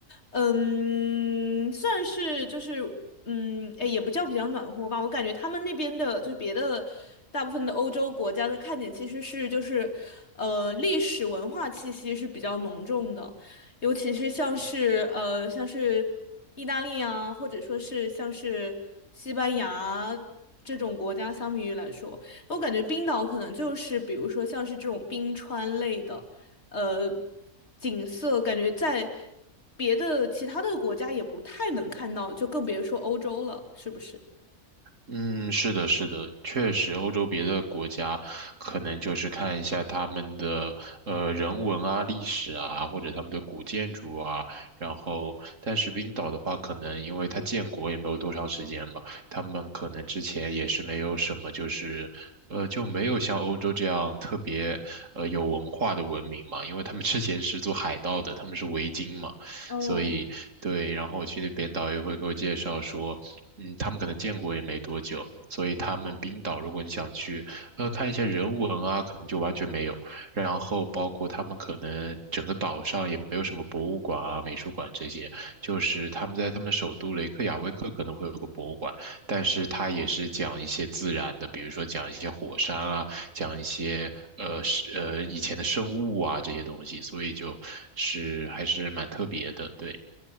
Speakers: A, on the left (about 55°); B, on the right (about 70°).
A: 嗯，算是就是，嗯，哎，也不叫比较暖和吧。我感觉他们那边的，就是别的大部分的欧洲国家的看点其实是就是，呃，历史文化气息是比较浓重的，尤其是像是呃像是意大利啊，或者说是像是西班牙这种国家相比于来说。我感觉冰岛可能就是，比如说像是这种冰川类的，呃，景色，感觉在别的其他的国家也不太能看到，就更别说欧洲了，是不是？
B: 嗯，是的，是的，确实，欧洲别的国家可能就是看一下他们的呃人文啊、历史啊，或者他们的古建筑啊。然后，但是冰岛的话，可能因为它建国也没有多长时间嘛，他们可能之前也是没有什么，就是呃就没有像欧洲这样特别呃有文化的文明嘛，因为他们之前是做海盗的，他们是维京嘛，
A: 哦，
B: 所以对。然后我去那边，导游会给我介绍说。嗯，他们可能建国也没多久，所以他们冰岛，如果你想去，呃，看一些人文啊，可能就完全没有。然后包括他们可能整个岛上也没有什么博物馆啊、美术馆这些，就是他们在他们首都雷克雅未克可能会有个博物馆，但是他也是讲一些自然的，比如说讲一些火山啊，讲一些呃是呃以前的生物啊这些东西，所以就是还是蛮特别的，对。